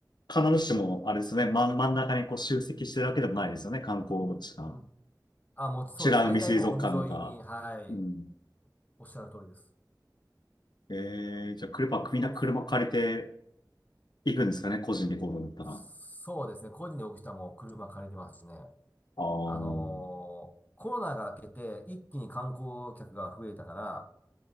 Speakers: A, on the left; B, on the left.
A: 必ずしも、あれですね、真ん、真ん中にこう集積してるわけでもないですよね、観光地が。
B: うん、あ、もうそうです。
A: 美ら海水族館とか。
B: 大体もう海沿いに、はい、
A: うん。
B: おっしゃる通りです。
A: えー、じゃあ車、みんな車借りて
B: そうすると、
A: 行くんですかね、個人で行こうと思ったら。
B: そうですね。個人で動く人はもう車借りてますしね。
A: あ
B: あのーコロナが明けて一気に観光客が増えたから、